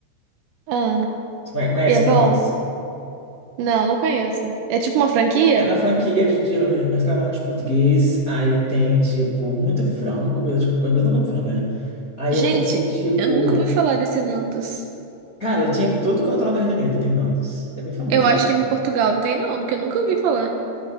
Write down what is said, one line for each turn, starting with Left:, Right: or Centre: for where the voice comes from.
Right: Ah,
Left: Conhe- Conhece
Right: e é bom?
Left: Nandos?
Right: Não, não conheço. É tipo uma franquia?
Left: É uma franquia de, de restaurante português. Aí tem, tipo, muito frango, coisa de. Eu não como frango, né? Aí
Right: Gente,
Left: eu comi, tipo.
Right: eu nunca ouvi falar desse Nandos.
Left: Cara, tinha em todo canto lá do Reino Unido, tem Nandos. É bem famoso
Right: Eu acho
Left: lá.
Right: que em Portugal não tem, não, porque eu nunca ouvi falar.